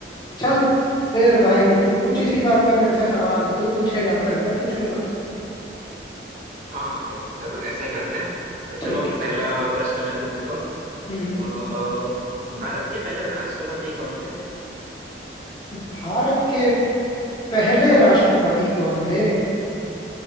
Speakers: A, on the left; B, on the right.
A: चल फिर भाई तू पूछ इसी बात पे मेरे से सवाल तू पूछेगा फिर मैं पूछूंगा
B: हाँ हाँ भाई जरूर ऐसा ही करते हैं तो चलो
A: ठीक है
B: पहला
A: ठीक है
B: प्रश्न मैं पूछता हूँ
A: हम्म
B: अ, भारत के पहले राष्ट्रपति कौन थे
A: भारत के पहले राष्ट्रपति कौन थे